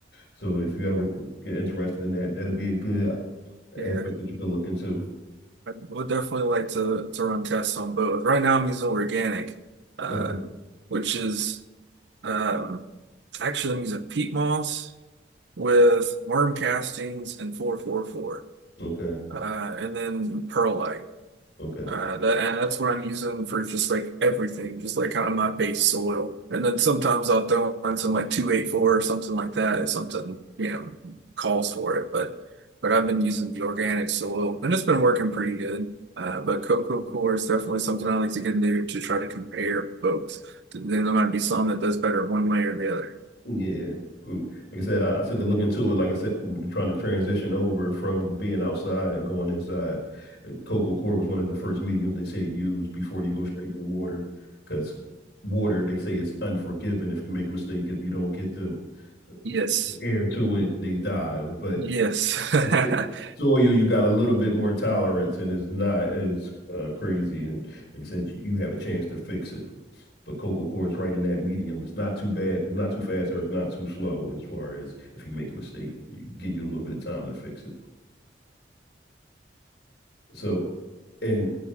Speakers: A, on the left (about 60°); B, on the right (about 75°).
A: So if you ever get interested in that, that'd be a good
B: yeah,
A: aspect that you could look into.
B: I would definitely like to to run tests on both. Right now I'm using organic, uh,
A: Okay.
B: which is um actually I'm using peat moss with worm castings and 444,
A: Okay.
B: uh, and then perlite.
A: Okay.
B: Uh, that and that's what I'm using for just like everything, just like kind of my base soil. And then sometimes I'll throw on some like 284 or something like that if something, you know, calls for it. But but I've been using the organic soil and it's been working pretty good. Uh, but cocoa core is definitely something I like to get into to try to compare both. Then there might be some that does better one way or the other.
A: Yeah. Mm. Like I said, I, I took a look into it. Like I said, m- trying to transition over from being outside and going inside. Uh, Coco core was one of the first mediums they said use before you go straight to water, because water they say is unforgiving if you make a mistake if you don't get the
B: Yes.
A: The air to it, they die. But
B: Yes. <laughs>
A: with soil, you got a little bit more tolerance, and it's not as uh, crazy. And like I said, you, have a chance to fix it. But coco coir is right in that medium. It's not too bad. It's not too fast, or it's not too slow. As far as if you make a mistake, you give you a little bit of time to fix it. So, and